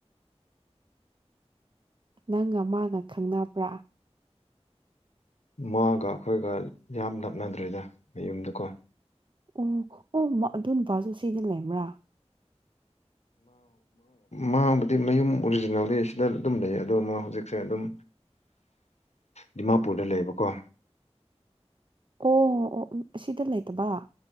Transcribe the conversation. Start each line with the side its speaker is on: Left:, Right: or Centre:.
Right: ꯅꯪꯒ ꯃꯥꯒ ꯈꯪꯅꯕ꯭ꯔꯥ
Left: ꯃꯥꯒ ꯑꯩꯈꯣꯏꯒ ꯌꯥꯝ ꯂꯞꯅꯗ꯭ꯔꯔꯤꯗ ꯃꯌꯨꯝꯗꯨꯀꯣ
Right: ꯑꯣ ꯑꯣ ꯑꯗꯨꯄꯥꯁꯨ ꯁꯤꯗ ꯂꯩꯕ꯭ꯔꯥ
Left: ꯃꯥꯥꯡꯕꯨꯗꯤ ꯃꯌꯨꯝ ꯑꯣꯔꯤꯖꯤꯅꯦꯜꯗꯤ ꯁꯤꯗ ꯑꯗꯨꯝ ꯂꯩ ꯑꯗꯣ ꯃꯥ ꯍꯧꯖꯤꯛꯁꯦ ꯑꯗꯨꯝ ꯗꯤꯃꯥꯄꯨꯔꯗ ꯂꯩꯌꯦꯕꯀꯣ
Right: ꯑꯣ ꯑꯣ ꯑꯁꯤꯗ ꯂꯩꯇꯕ